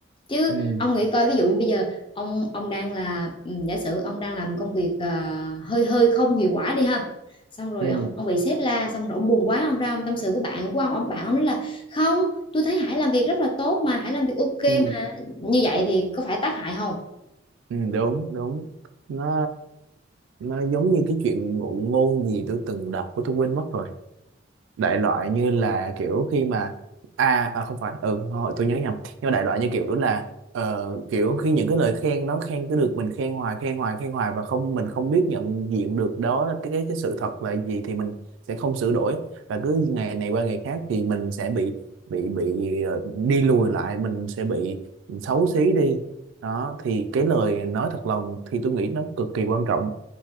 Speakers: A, on the left; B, on the right.
A: chứ
B: ừ
A: ông nghĩ coi ví dụ như bây giờ ông ông đang là ừ, giả sử ông đang làm công việc ờ, hơi hơi không hiệu quả đi ha xong rồi
B: ừ
A: ông, ông bị sếp la xong rồi ông buồn quá ông ra ông tâm sự của bạn của ông ông bạn ông nói là không tôi thấy Hải làm việc rất là tốt mà Hải làm việc ok
B: ừ
A: mà như vậy thì có phải tác hại không
B: ừ, đúng đúng nó nó giống như cái chuyện ngụ ngôn gì tôi từng đọc của tôi quên mất rồi đại loại như là kiểu khi mà à, à không phải ừ hồi tôi nhớ nhầm nhưng mà đại loại như kiểu là ờ, kiểu khi những cái lời khen nó khen cứ được mình khen hoài khen hoài khen hoài và không mình không biết nhận diện được đó là cái cái, cái sự thật là gì thì mình sẽ không sửa đổi và cứ ngày này qua ngày khác thì mình sẽ bị bị bị ờ, đi lùi lại mình sẽ bị xấu xí đi đó thì cái lời nói thật lòng thì tôi nghĩ nó cực kỳ quan trọng